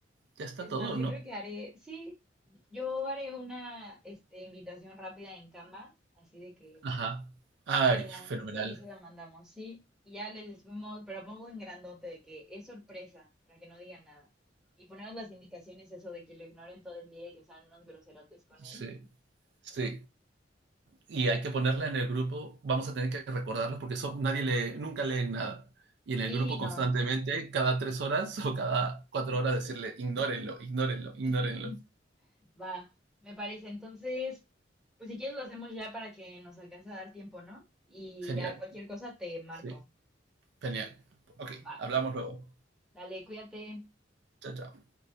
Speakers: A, on the right (about 65°); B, in the centre.
A: Ya está
B: es
A: todo,
B: más, yo
A: ¿no?
B: creo que haré, sí, yo haré una, este, invitación rápida en Canva, así de que,
A: Ajá. Ay,
B: y ya,
A: fenomenal.
B: sirve que se la mandamos, sí. Y ya les decimos, pero pongo en grandote de que es sorpresa, para que no digan nada. Y ponemos las indicaciones, eso de que lo ignoren todo el día y que sean unos groserotes con él.
A: Sí, sí. y hay que ponerla en el grupo, vamos a tener que recordarlos porque eso, nadie lee, nunca leen nada. Y
B: Sí,
A: en el grupo constantemente,
B: no.
A: cada tres horas <laughs> o cada cuatro horas, decirle, ignórenlo, ignórenlo, ignórenlo.
B: <laughs> Va, me parece. Entonces, pues si quieres lo hacemos ya para que nos alcance a dar tiempo, ¿no? Y
A: Genial,
B: ya cualquier cosa te marco.
A: sí, genial. Ok,
B: Va,
A: hablamos luego.
B: dale, cuídate.
A: Chao, chao.